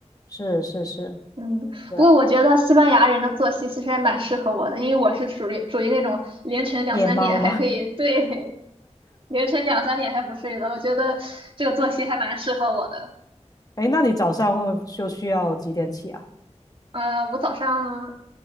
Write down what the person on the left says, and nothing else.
是是是，
对啊，
夜猫吗？<laughs>
哎，那你早上会就需要几点起啊？